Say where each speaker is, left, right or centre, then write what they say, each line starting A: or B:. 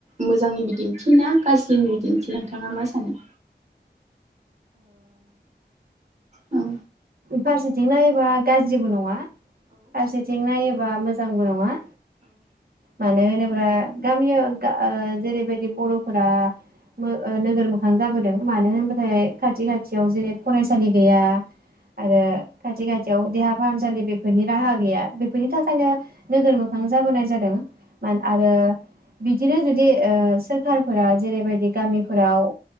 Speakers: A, on the right; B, on the right.
A: मोजांनि बिदिन्थिना गाज्रिनि बिदिन्थि नोंथाङा मा सानो? औ
B: फारसेथिं नायोबा गाज्रिबो नङा फारसेथिं नायोबा मोजां मोजांबो नङा । मानो होनोबा ओ गामियाव ओ जेरैबायदि बर'फोरा ओ नोगोर मोखां जाबोदों मानो होनोबा खाथि खाथियाव जेरै फराय सालि गैया आरो खाथि खा थियाव देहा फाहामसालि बेफोरनि राहा गैया बे फोरनि थाखायनो नोगोरमोखां जाबोनाय जादों । मान आरो बिदिनो जुदि ओ सोरखारफोरा जेरैबायदि गामिफोराव